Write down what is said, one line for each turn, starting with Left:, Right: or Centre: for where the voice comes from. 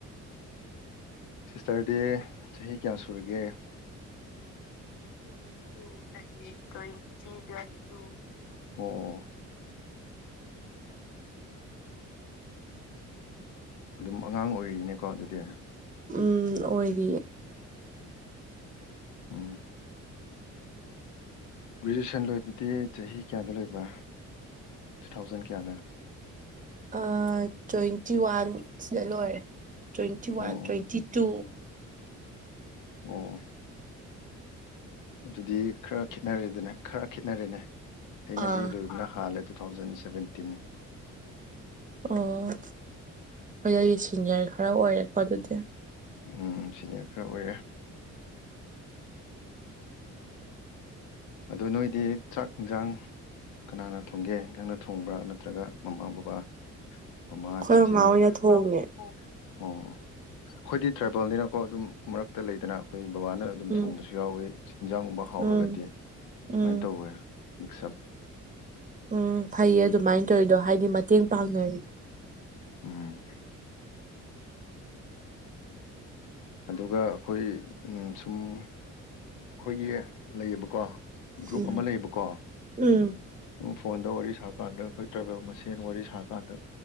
Left: ꯁꯤꯁꯇꯔꯗꯤ ꯆꯍꯤ ꯀꯌꯥ ꯁꯨꯔꯒꯦ꯫ <unintelligible> ꯇ꯭ꯋꯦꯟꯇꯤꯒ ꯇꯨ꯫ ꯑꯣ꯫ ꯑꯗꯨꯝ ꯑꯉꯥꯡ ꯑꯣꯏꯔꯤꯅꯦꯀꯣ ꯑꯗꯨꯗꯤ꯫
Right: ꯎꯝ ꯑꯣꯏꯔꯤꯌꯦ꯫
Left: ꯎꯝ꯫ ꯒ꯭ꯔꯦꯖꯨꯌꯦꯁꯟ ꯂꯣꯏꯕꯗꯤ ꯆꯍꯤ ꯀꯌꯥꯗ ꯂꯣꯏꯕ ꯇꯨ ꯊꯥꯎꯖꯟ ꯀꯌꯥꯗ꯫
Right: ꯑ ꯇ꯭ꯋꯦꯟꯇꯤ ꯋꯥꯟ ꯁꯤꯗ ꯂꯣꯏꯔꯦ ꯇ꯭ꯋꯦꯟꯇꯤ ꯋꯥꯟ
Left: ꯑꯣ
Right: ꯇ꯭ꯋꯦꯟꯇꯤ ꯇꯨ
Left: ꯑꯣ ꯑꯗꯨꯗꯤ ꯈꯔ ꯈꯦꯠꯅꯔꯦꯗꯅꯦ ꯈꯔ ꯈꯦꯠꯅꯔꯦꯅꯦ ꯑꯩꯅꯗꯤ
Right: ꯑꯥ
Left: ꯂꯣꯏꯕꯅ ꯍꯥꯜꯂꯦ꯫ Two thousand seventeen.
Right: ꯑꯣ ꯍꯣꯏ ꯑꯩ ꯁꯤꯅꯤꯌꯔ ꯈꯔ ꯑꯣꯏꯔꯦꯀꯣ ꯑꯗꯨꯗꯤ꯫
Left: ꯎꯝ ꯁꯤꯅꯌ ꯈꯔ ꯑꯣꯏꯔꯦ꯫ ꯑꯗꯨ ꯅꯣꯏꯗꯤ ꯆꯥꯛ ꯏꯟꯖꯥꯡ ꯀꯅꯥꯅ ꯊꯣꯡꯒꯦ ꯅꯪꯅ ꯊꯣꯡꯕ꯭ꯔꯥ ꯅꯠꯇ꯭ꯔꯒ ꯃꯃꯥ ꯕꯕꯥ ꯃꯥꯁꯦ
Right: ꯑꯩꯈꯣꯏ ꯃꯃꯥ ꯍꯣꯏꯅ ꯊꯣꯡꯉꯦ
Left: ꯑꯣ ꯑꯩꯈꯣꯏꯗꯤ ꯇ꯭ꯔꯥꯏꯕꯦꯜꯅꯤꯅꯀꯣ ꯑꯗꯨꯝ ꯃꯔꯛꯇ ꯂꯩꯗꯅ ꯑꯩꯈꯣꯏ ꯕꯕꯥꯅ ꯑꯗꯨꯝ
Right: ꯎꯝ
Left: ꯊꯣꯡꯕꯁꯨ ꯌꯥꯎꯋꯤ ꯏꯤꯟꯖꯥꯡꯒꯨꯝꯕ ꯍꯥꯎꯔꯒꯗꯤ
Right: ꯎꯝ
Left: ꯁꯨꯃꯥꯏꯅ
Right: ꯎꯝ
Left: ꯇꯧꯋꯦ ꯃꯛꯁꯝ
Right: ꯎꯝ ꯐꯩꯌꯦ ꯑꯗꯨꯃꯥꯏꯅ ꯇꯧꯔꯤꯗꯣ ꯍꯥꯏꯗꯤ ꯃꯇꯦꯡ ꯄꯥꯡꯅꯔꯤꯗ
Left: ꯎꯝ ꯑꯗꯨꯒ ꯑꯩꯈꯣꯏ ꯁꯨꯝ ꯑꯩꯈꯣꯏꯒꯤ ꯂꯩꯌꯦꯕꯀꯣ ꯒ꯭ꯔꯨꯞ
Right: ꯎꯝ
Left: ꯑꯃ ꯂꯩꯌꯦꯕꯀꯣ
Right: ꯎꯝ
Left: ꯎ ꯐꯣꯟꯗ ꯋꯥꯔꯤ ꯁꯥ ꯀꯥꯟꯗ ꯑꯩꯈꯣꯏ ꯇ꯭ꯔꯥꯕꯦꯜ ꯃꯁꯦꯟ ꯋꯥꯔꯤ ꯁꯥ ꯀꯥꯟꯗ